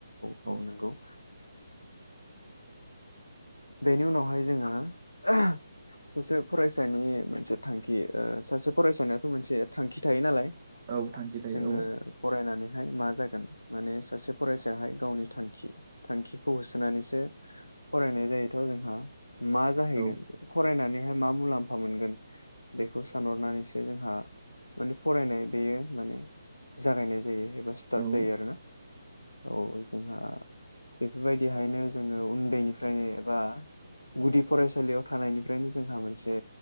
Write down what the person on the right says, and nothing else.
औ।
औ थांखि थायो
औ।
औ
औ